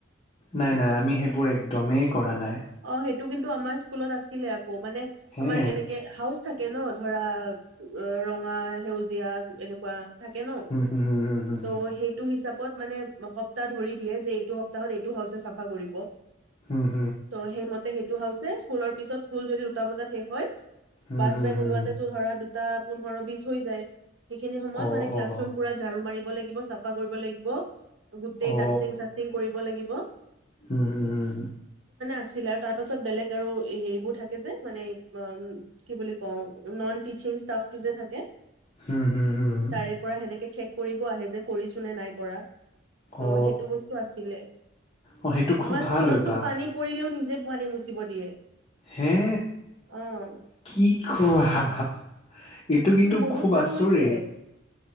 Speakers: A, on the left; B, on the right.
A: নাই নাই আমি সেইবোৰ একদমেই কৰা নাই।
B: অ সেইটো কিন্তু আমাৰ স্কুলত আছিলে আ মোৰ মানে
A: হে
B: আমাৰ এনেকে হাউচ থাকে ন ধৰা ৰঙা, সেউজীয়া এ থাকে ন
A: হুম হুম হুম হুম
B: ত' সেইটো হিচাপ কত মানে সপ্তাহ ধৰি দিয়ে যে এইটো সপ্তাহত এইটো হাউচ চাফা কৰিব।
A: হম
B: ত সেইমতে সেইটো হাউচেচ স্কুলৰ পিছত স্কুল যদি দুটা বজাত শেষ হয়
A: হুম
B: বাজ
A: হুম
B: বেন
A: হুম হুম
B: ওলোৱাাতে তো ধৰা দুটা পোন্ধৰ বিচ হৈ যায়। সেইখিনি সময়ত
A: অ
B: মানে ক্লাছৰুম
A: অ
B: পুৰা ঝাৰু মাৰিব লাগে চাফা কৰিব লাগিব গোটেই
A: অ
B: ডাষ্টিং চাষ্টিং কৰিব লাগিব।
A: হুম হুম
B: আছিলে আৰু তাৰ পাছত বেলেগ আৰু হেৰিবোৰ থাকে যে মানে কি বুলি কওঁ ননটিচিং ষ্টাফ টো যে থাকে
A: হুম হুম হুম
B: তাৰে পৰা সেনেকে চেক কৰিব আহে যে কৰিছো নে নাই কৰা ত'
A: অ
B: সেইটো বস্তু আছিলে
A: অ সেইটো খুব
B: আমাৰ
A: ভাল
B: স্কুলতো
A: অভ্যাস
B: পানী ও নিজে পোৱালিক মুচিব দিয়ে।
A: হে
B: অ'
A: কি <unintelligible> এইটো কিন্তু
B: বহুত
A: খুব
B: বাৰ
A: আচৰিত,
B: হৈছে